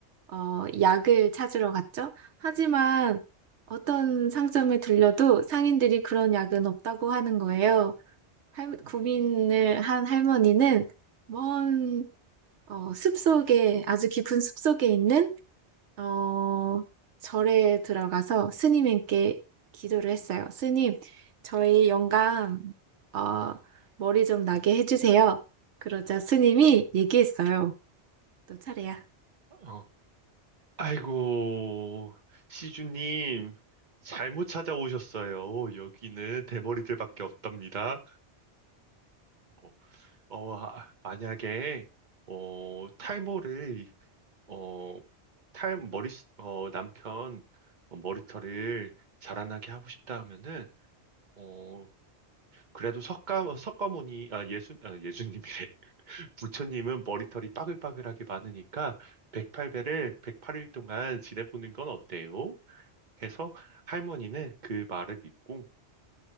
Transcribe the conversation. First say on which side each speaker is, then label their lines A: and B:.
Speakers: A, on the right; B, on the right.
A: 어, 약을 찾으러 갔죠. 하지만 어떤 상점에 들려도 상인들이 그런 약은 없다고 하는 거예요. 할, 고민을 한 할머니는 먼 어, 숲속에, 아주 깊은 숲속에 있는 어, 절에 들어가서 스님께 기도를 했어요. 스님, 저희 영감, 어, 머리 좀 나게 해주세요. 그러자 스님이 얘기했어요. 너 차례야.
B: 어. 아이고, 시주님, 잘못 찾아오셨어요. 여기는 대머리들밖에 없답니다. 어, 어, 아, 만약에, 어, 탈모를, 어, 탈, 머리, 어, 남편 어, 머리털을 자라나게 하고 싶다 하면은, 어, 그래도 석가, 석가모니, 아, 예수, 아, 예수님이래. <laughs> 부처님은 머리털이 빠글빠글하게 많으니까, 108배를 108일 동안 지내보는 건 어때요? 해서 할머니는 그 말을 믿고